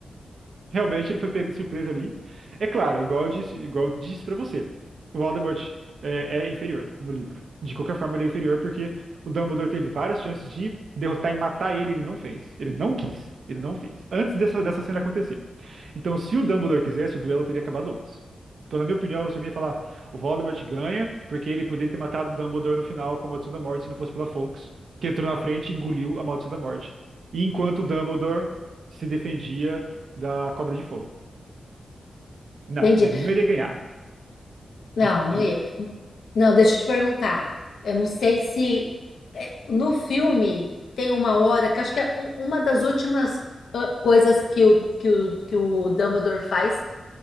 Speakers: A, on the right; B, on the left.
A: Realmente ele foi pego de surpresa ali. É claro, igual eu disse, igual eu disse para você, o Voldemort é, é inferior no livro. De qualquer forma, ele é inferior porque o Dumbledore teve várias chances de derrotar e matar ele, ele não fez. Ele não quis. Ele não fez. Antes dessa, dessa cena acontecer. Então, se o Dumbledore quisesse, o duelo teria acabado antes. Então, na minha opinião, se alguém falar o Voldemort ganha, porque ele poderia ter matado o Dumbledore no final com a Maldição da Morte, se não fosse pela Fawkes, que entrou na frente e engoliu a Maldição da Morte. E enquanto o Dumbledore se defendia da Cobra de Fogo. Não,
B: entendi.
A: ele não iria ganhar.
B: Não,
A: Dis-
B: não
A: Diga.
B: ia. Não, deixa eu te perguntar. Eu não sei se é, no filme tem uma hora que acho que é um- uma das últimas ah, coisas que o, que o, que o Dumbledore faz